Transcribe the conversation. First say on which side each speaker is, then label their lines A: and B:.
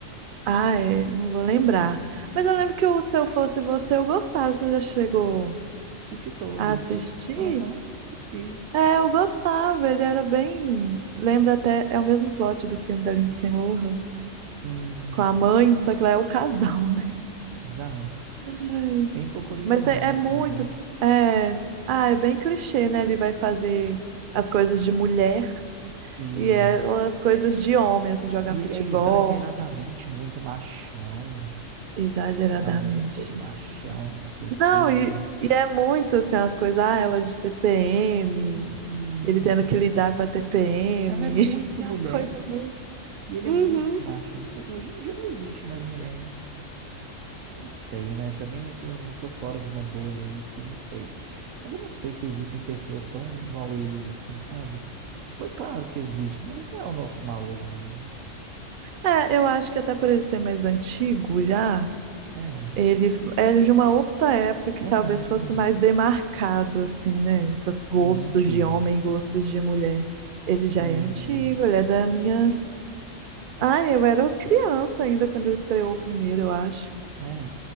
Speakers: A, on the right (about 65°); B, on the right (about 85°).
A: Ah, é, não vou lembrar. Mas
B: Sim.
A: eu lembro que o Se Eu Fosse Você eu gostava. Você já chegou
B: Assisti todos.
A: a assistir?
B: Aham, assisti.
A: É, eu gostava, ele era bem. Lembra até, é o mesmo plot do filme da Lindsay Lohan,
B: Sim,
A: com a mãe, só que lá é o casal, <laughs> né?
B: casal.
A: Ai,
B: bem pouco original,
A: Mas é,
B: assim,
A: é muito.
B: né?
A: É... Ah, é bem clichê, né? Ele vai fazer as coisas de mulher
B: E,
A: e ela as coisas de homem, assim, jogar
B: e
A: futebol,
B: ele é exageradamente muito machão,
A: exageradamente.
B: sabe? Ele é todo machão, não sei o
A: Não,
B: quê.
A: e, e é muito assim, as coisas, ah, ela é de TPM,
B: Sim,
A: ele tendo que lidar com a TPM,
B: ela é muito
A: <laughs> e
B: mulher
A: as coisas muito.
B: e ele
A: Uhum.
B: é muito machão. Tipo assim, hoje em dia não existe mais mulher. Eu não sei, né? Também eu tô, tô fora de uma bolha aí que não sei. Mas eu não sei se existem pessoas tão igual eles, assim, sabe? Pô, claro que existe, mas não é o normal hoje em dia.
A: É, eu acho que até por ele ser mais antigo já,
B: É,
A: ele é de uma outra época que
B: verdade,
A: talvez fosse
B: né?
A: mais demarcado, assim, né? Esses gostos
B: É bem antigo.
A: de homem e gostos de mulher. Ele
B: Sim.
A: já é antigo, ele é da minha. Ah, eu era criança ainda quando eu estreou o primeiro, eu acho.
B: É.